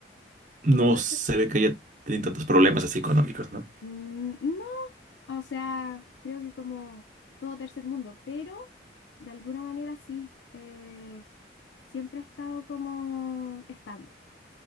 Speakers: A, on the right; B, on the left.
A: no
B: Lo que pasa,
A: se ve que haya tenido tantos problemas así económicos, no
B: mm, no, o sea, creo que como todo tercer mundo, pero de alguna manera sí, eh, siempre ha estado como estable.